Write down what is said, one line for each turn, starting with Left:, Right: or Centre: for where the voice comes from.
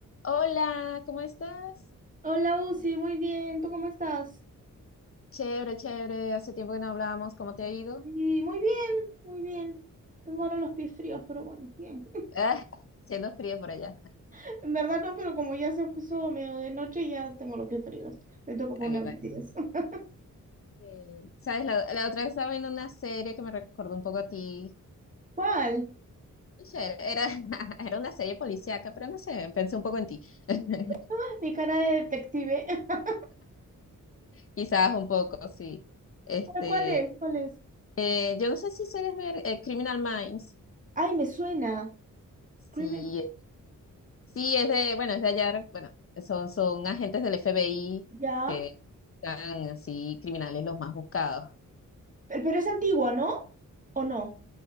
Left: Hola, ¿cómo estás?
Right: Hola, Uzi, muy bien. ¿Tú cómo estás?
Left: Chévere, chévere. Hace tiempo que no hablábamos. ¿Cómo te ha ido?
Right: Sí, muy bien, muy bien. Tengo ahora los pies fríos, pero bueno, bien.
Left: Ah, siendo frío por allá.
Right: <laughs> En verdad no, pero como ya se puso medio de noche, ya tengo los pies fríos. Me toca poner
Left: Ay, mi
Right: medias. <laughs>
Left: Eh, ¿Sabes? La, la otra vez estaba viendo una serie que me recordó un poco a ti.
Right: ¿Cuál?
Left: No sé, era, <laughs> era una serie policíaca, pero no sé, pensé un poco en ti. <laughs>
Right: Ah, Mi cara de detective. <laughs>
Left: Quizás un poco, sí. Este,
Right: ¿Cuál, cuál es? ¿Cuál es?
Left: eh, yo no sé si sueles ver eh, Criminal Minds.
Right: Ay, me suena.
Left: Sí,
Right: Crimen-
Left: eh, sí, es de, bueno, es de allá, bueno, son, son agentes del FBI
Right: Ya.
Left: que están así criminales los más buscados.
Right: Pero, pero es antigua, ¿no? ¿O no?